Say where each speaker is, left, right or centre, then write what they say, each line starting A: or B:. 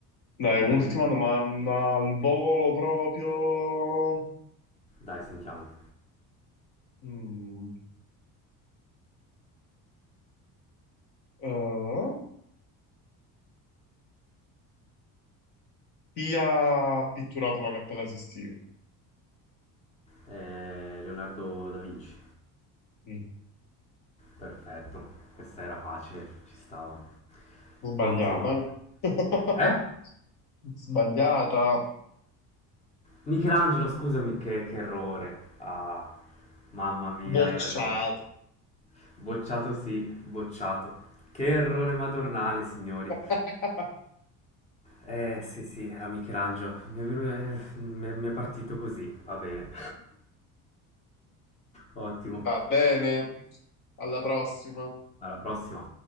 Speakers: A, on the left (about 65°); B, on the left (about 20°).
A: Dai,
B: Mhm.
A: un'ultima domanda al volo proprio.
B: Dai, sentiamo.
A: Mm. Eh, chi ha pitturato la Cappella Sistina?
B: Eh, Leonardo da Vinci.
A: Mm.
B: Perfetto. Questa era facile, ci stava.
A: Sbagliata,
B: Ottimo.
A: eh? <laughs>
B: Eh?
A: Sbagliata.
B: Michelangelo, scusami, che, che errore. Ah, mamma mia,
A: Bocciata.
B: hai ragione. Bocciato sì, bocciato. Che errore madornale, signori.
A: <laughs>
B: Eh sì sì, era Michelangelo. Mi è, venu- eh, mi è- mi è partito così, va bene. <laughs> Ottimo.
A: Va bene. Alla prossima.
B: Alla prossima.